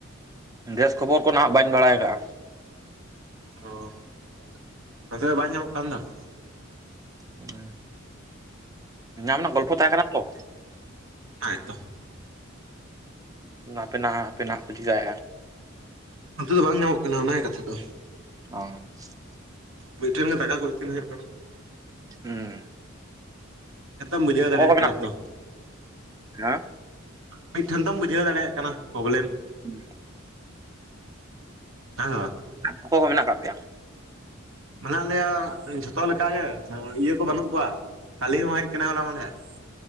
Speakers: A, on the right; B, on the right.
A: ᱜᱮᱥ ᱠᱷᱚᱵᱚᱨ ᱠᱚ ᱱᱟᱦᱟᱜ ᱵᱟᱧ ᱵᱟᱲᱟᱭ ᱟᱠᱟᱜᱼᱟ᱾
B: ᱚ ᱾ ᱱᱚᱛᱮ ᱵᱟᱭ ᱧᱟᱢᱚᱜ ᱠᱟᱱ ᱫᱚ ᱾
A: ᱚᱸᱻ, ᱧᱟᱢ ᱨᱮᱱᱟᱜ ᱜᱚᱞᱯᱷᱚ ᱛᱟᱦᱮ ᱠᱟᱱᱟ ᱛᱚ᱾
B: ᱱᱟᱭ ᱛᱚ
A: ᱱᱟᱯᱮᱱᱟᱜ ᱦᱟᱯᱮᱱᱟᱜ ᱠᱚ ᱪᱤᱠᱟᱭᱮᱜᱼᱟ
B: ᱚᱱᱛᱮ ᱫᱚ ᱵᱟᱝ ᱧᱟᱢᱚᱜ ᱠᱟᱱᱟ ᱚᱱᱟ ᱜᱮ ᱠᱟᱛᱷᱟ ᱫᱚ ᱾
A: ᱚ <unintelligible>
B: ᱢᱤᱫᱴᱷᱮᱱ ᱜᱮ ᱫᱟᱠᱟ ᱠᱚ ᱤᱥᱤᱱ ᱦᱩᱭᱩᱜ ᱠᱟᱱᱟ ᱾
A: ᱦᱩᱸ
B: ᱛᱚᱢ ᱵᱩᱡᱷᱟᱹᱣ ᱫᱟᱲᱮᱭᱟᱜ
A: ᱢᱮᱱᱟᱜ
B: ᱠᱟᱱᱟ
A: ᱯᱮᱭᱟ
B: ᱛᱚ
A: ᱦᱮᱸ
B: ᱢᱤᱫᱴᱷᱮᱱ ᱫᱚᱢ ᱵᱩᱡᱷᱟᱹᱣ ᱫᱟᱲᱮᱭᱟᱜ ᱠᱟᱱᱟ ᱯᱚᱵᱞᱮᱢᱼᱼ
A: ᱦᱩᱸ <inaudible>
B: <unintelligible>
A: ᱚᱠᱚᱭ ᱠᱚ ᱢᱮᱱᱟᱜ ᱠᱟᱜ ᱯᱮᱭᱟ ᱾
B: ᱢᱮᱱᱟᱜ ᱞᱮᱭᱟ ᱡᱷᱚᱛᱚ ᱞᱮᱠᱟ ᱜᱮ ᱤᱭᱟᱹ ᱠᱚ ᱵᱟᱹᱱᱩᱜ ᱠᱚᱣᱟ ᱠᱟᱞᱤ ᱦᱚᱸ ᱦᱮᱡ ᱠᱟᱱᱟᱭ ᱦᱚᱞᱟ ᱢᱟᱫᱷᱮᱨ ᱾